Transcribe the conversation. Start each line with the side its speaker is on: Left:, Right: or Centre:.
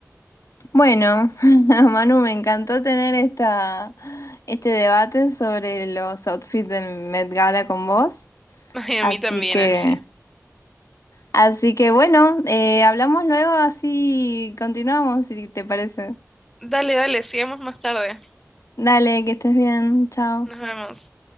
Left: Bueno, <laughs> Manu, me encantó tener esta, este debate sobre los outfits del Met Gala con vos.
Centre: <laughs> Ay, a
Left: Así
Centre: mí también,
Left: que,
Centre: Angie.
Left: así que bueno, eh, hablamos luego, así continuamos, si te parece.
Centre: Dale, dale, sigamos más tarde.
Left: Dale, que estés bien, chao.
Centre: Nos vemos.